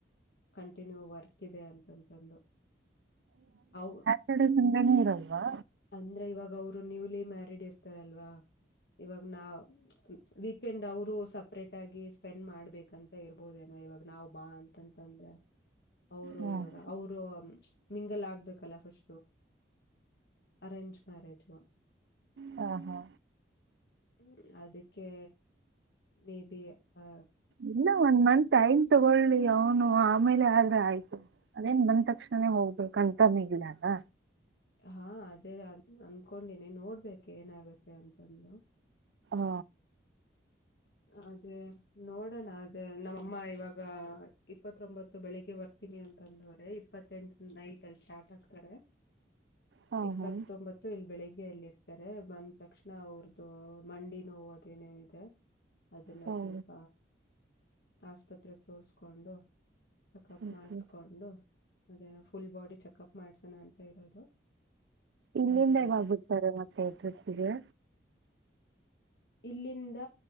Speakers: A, on the left; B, on the right.
A: ಕಂಟಿನ್ಯೂ ವರ್ಕ್ ಇದೆ ಅಂತಂತಂದು ಅ
B: ಕಡೆ ಸಂಂದಣ ಇರಲ್ವಾ
A: ಅಂದ್ರೆ ಇವಾಗ ಅವರು ನ್ಯೂಲಿ ಮ್ಯಾರಿೀಡ್ ಇರ್ತಾರಲ್ವಾ ಇವಾಗ ನಾ ವೀಕೆಂಡ್ ಅವರು ಸಪ್ರೇಟ್ ಆಗಿ ಸ್ಪೆಂಡ್ ಮಾಡ್ಬೇಕಂತ ಇರ್ಬೋದೇನೋ ಇವಾಗ ನಾ್ ಬಾ ಅಂತ ಂತಂದ್ರೆ ಅವರು
B: ಹ
A: ಇವಾಗ ಅವರು ಮಿಂಗಲ್ ಆಗ್ಬೇಕಲ್ಲ ಫುಶ ಅರೇಂಜ್ ಮ್ಯಾರೇಜ್ಾ
B: ಹಾ ಹಾ
A: ಹ್ಮ ಅದಕ್ಕೆ ಮೇ ಬಿ ಆ
B: ಇಲ್ಲ ಒಂದ್ ಮಂತ್ ಐನ್ ತಗೊಳ್ಳಿ ಅವನು ಆಮೇಲೆ ಆದ್ರೆ ಆಯ್ತು ಅದೇನ್ ಬಂದ್ ತಕ್ಷಣನೇ ಹೋಗ್ಬೇಕಂತ ಮಗಡಲ್ಲ
A: ಹಾ ಅದೇ ಅನ್ಕೊಂಡಿನಿ ನೋಡ್ಬೇಕು ಏನಾಗತ್ತೆ ಅಂತಂದು
B: ಹಾ
A: ಅದೇ ನೋಡೋಣ ಅದೇ ನಮ್ಮಅಮ್ಮ ಇವಾಗ ಇಪ್ಪತ್ತೊಂಬತ್ತು ಬೆಳಿಗ್ಗೆ ಬರ್ತ ತೀನಿ ಅಂತ ಅಂದವ್ರೆ ಇಪ್ಪತ್ತೆಂಟ ನೈಟ್ ಅಲ್ಲಿ ಸ್ಟಾರ್ಟ್ ಆಗ್ತಾರೆ
B: ಹಾ
A: ಇಪ್ಪತ್
B: ಹಾ
A: ತೊಂಬತ್ತು ಇಲ್ಲಿ ಬೆಳಿಗ್ಗೆ ಎಲ್ಲಿರ್ತಾರೆ ಮ ತಕ್ಷಣ ಅವ್ರದ್ದು ಮಂಡಿ ನೋವು ಅದೇನೇ ಇದೆ ಅದನ್ನ
B: ಹೌದು
A: ಸ್ವಲ್ಪ ಆಸ್ಪತ್ರೆಗೆ ತೋರಿಸಕೊಂಡು ಚೆಕಪ್
B: ಓಕೆ
A: ಮಾಡ್ಸ್ಕೊಂಡು ಅದೇ ಫುಲ್ ಬಾಡಿ ಚೆಕಪ್ ಮಾಡ್ಸೋಣ ಅಂತ ಇರೋದು
B: ಇಲ್ಲಿಂದ
A: ಅದನ್
B: ಇವ ಬಿಡ್ತಾರೆ ಮತ್ತೆ ಎತಿಗೆ
A: ಇಲ್ಲಿಂದ